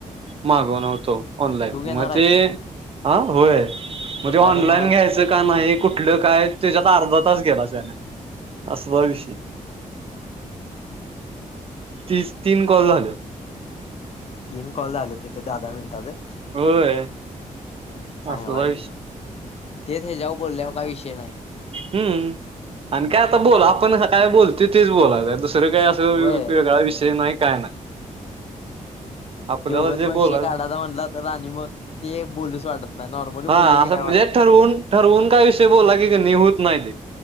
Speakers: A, on the right; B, on the left.
A: मागवण होतो ऑनलाईन
B: तू घेणार
A: मग ते.
B: आहेस?
A: हा होय म्हणजे
B: कुठला
A: ऑनलाईन
B: घेणार आहेस?
A: घ्यायचं. का नाही कुठलं काय त्याच्यात अर्धा तास गेला त्याने असवा विषय. तीच तीन कॉल झालं.
B: <inaudible> तीन कॉल झाले तिथे दहा दहा मिनिटाचे.
A: होय.
B: सांगा
A: असला
B: भाहिजे
A: विषय
B: तेच हे जाऊ बोलले का विषय नाही.
A: हम् आणि काय आता बोला आपणं काय बोल त तेच बोला दुसरं काय अस. वेगळा
B: होय
A: विषय नाही काय नाही. आपल्याला
B: ते उघंच
A: जे
B: मग विषय
A: बोलायच
B: काढायचा म्हणला तर आणि मग ते बोलूच वाटत. नाही नॉर्मली बोललं
A: हा
B: की काय
A: म्हणजे
B: वाटत नाही.
A: ठरवून ठरवून काही विषय बोला की होत नाय ते.